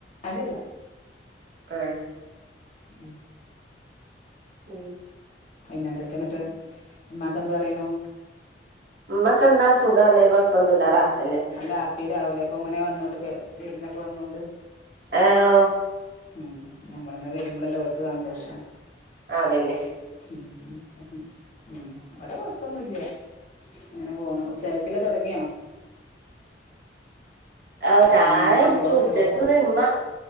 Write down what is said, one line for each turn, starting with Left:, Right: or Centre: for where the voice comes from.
Left: അല്ല അല്ലാ
Right: ആഹ്
Left: ഉം
Right: ഉം
Left: പിന്നെ എന്തൊക്കെയാ ഇന്നിട്ട് ഉമ്മാക്കെന്ത് പറയണു?
Right: ഉമ്മെക്കെന്താ സുഖാണ് കൊഴപ്പൊന്നുല്ലാ റാഹത്തെന്നെ
Left: നല്ല ഹാപ്പിയിലാവൂല്ലേ ഇപ്പം ഇങ്ങനെ വന്നോണ്ട് പെ വിരുന്നൊക്കെ വന്നോണ്ട്.
Right: ആഹ്
Left: ഉം ഞമ്മള് ഇങ്ങനെ വെരുമ്പളല്ലേ ഓല്ക്ക് സന്തോഷം
Right: അതന്നെ
Left: ഉം ഉം ഉം ഇവടെ കൊഴ പ്പൊന്നുല്ലാ അങ്ങനെ പോണു ഉച്ചക്കേക്ക്ള്ളെ തൊടങ്ങിയോ?
Right: ആഹ് ചായ
Left: ഉം
Right: കുടിച്ചു
Left: ചോറ്
Right: ഉച്ചേക്ക്ള്ളത്
Left: ചോറും കു
Right: ഉമ്മ